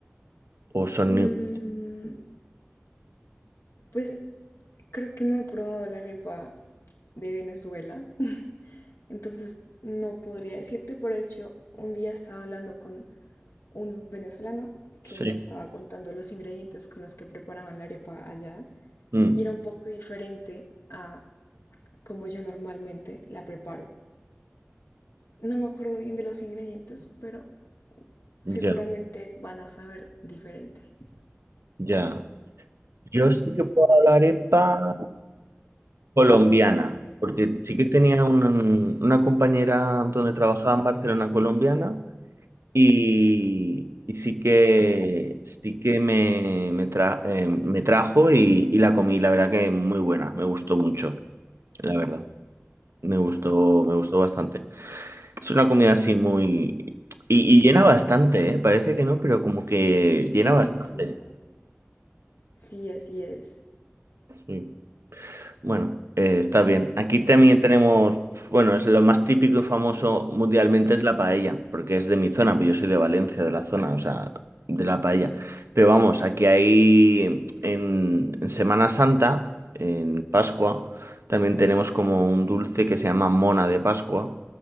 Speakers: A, on the right; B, on the left.
A: o son
B: Mm,
A: iguales?
B: pues creo que no he probado la arepa de Venezuela, entonces no podría decirte. Por hecho, un día estaba hablando con un venezolano que
A: Sí.
B: me estaba contando los ingredientes con los que preparaban la arepa allá
A: Mm,
B: y era un poco diferente a como yo normalmente la preparo. No me acuerdo bien de los ingredientes, pero seguramente
A: ya,
B: van a saber diferente. <laughs>
A: ya. Yo sí que puedo la arepa. colombiana, porque sí que tenía una, una compañera donde trabajaba en Barcelona colombiana y, y sí que, sí que me, me, tra- eh, me trajo y, y la comí, la verdad que muy buena, me gustó mucho, la verdad, me gustó, me gustó bastante. Es una comida así muy... Y, y llena bastante, ¿eh? Parece que no, pero como que llena
B: Sí,
A: bastante.
B: sí, así es.
A: sí. Bueno, eh, está bien. Aquí también tenemos, bueno, es lo más típico y famoso mundialmente es la paella, porque es de mi zona, pero yo soy de Valencia, de la zona, o sea, de la paella. Pero vamos, aquí hay en, en Semana Santa, en Pascua, también tenemos como un dulce que se llama mona de Pascua,